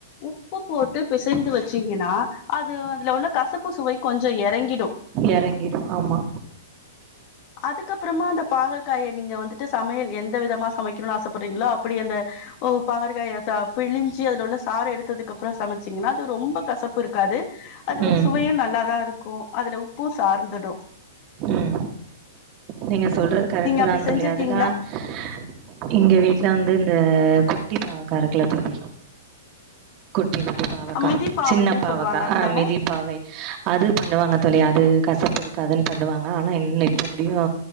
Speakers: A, on the left; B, on the right.
A: உப்பு போட்டு பிசைஞ்சி வச்சீங்கன்னா அது அதுல உள்ள கசப்பு சுவை கொஞ்ச எறங்கிடும்
B: எறங்கிடும் ஆமா
A: அதுக்கப்புறமா அந்த பாகற்காய நீங்க வந்துட்டு சமையல் எந்த விதமா சமைக்கணுனு ஆசைப்படுறீங்களோ அப்படி அந்த பாகற்காய த பிழிஞ்சு அதுல உள்ள சார எடுத்ததுக்கு அப்புற சமைச்சீங்கன்னா அது ரொம்ப கசப்பு இருக்காது அது
B: ம்
A: ஒரு சுவையு நல்லாதா இருக்கும் அதுல உப்பு சார்ந்துடு
B: ம் நீங்க சொல்றது கரெட்
A: அப்படி
B: தான் தோழி
A: செஞ்சிருக்கீங்களா
B: அதெல்லாம் ஆ இங்க வீட்டுல வந்து இந்த குட்டி பாவக்காருக்குல தழி குட்டி குட்டி பாவக்கா
A: மிதிப்பாவைன்னு
B: சின்ன பாவக்கா
A: சொல்லுவாங்க அதுதானே
B: ஆஹ மிதி பாவை அது பண்ணுவாங்க தொழியா அது கசப்பு இருக்காதுன்னு பண்ணுவாங் அ ஆனா இன்னப்ப முடியு